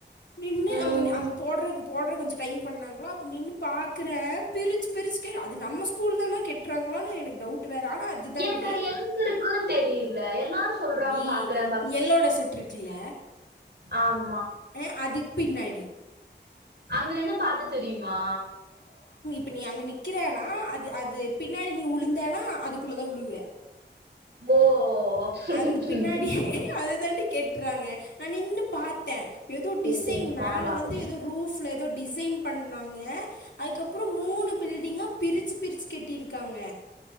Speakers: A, on the left; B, on the right.
A: நின்னு
B: ம்
A: அங்க அங்க போடுற போடுறது கொஞ்ச ப்ரையிங் பண்ணாங்ளா நின்னு பாக்குற பிரிச் பிரிச்கே அது நம்ம ஸ் கூல் தானா கெட்றாங்ளானு எனக்கு டவு வேற ஆனா அதுதான்டி
B: எனக்கு அது எங்க இருக்குன்னு தெரியல எல்லாரு சொல்றாங்க
A: டி
B: பாக்குறே
A: எல்லோட செட்ருக்குல்ல
B: ஆம்
A: அஹ் அதுக் பின்னாடி
B: அங்க நின்னு பாத்தா தெரியும் மா
A: ப நீ அங்க நிக்கிறேனா அது அது பின்னாடி நீ உழுந்தேன்னா அதுக்குள்ள தா உழுவ
B: ஓ ஆ சேரி
A: அந்த பின்னாடி அத தாண்டி கெட்றாங்க நா நின்னு பாத்தே எதோ டிசைன்
B: சேரி நீ
A: மேல
B: போனா பாக்கணு
A: வந்து எதோ ரூஃப்ல எ தோ டிசைன் பண்ணாங்க அதுக்கப்றோ மூணு பில்டிங்கா பிரிச்சு பிரிச்சு கெட்டிருக்காங்க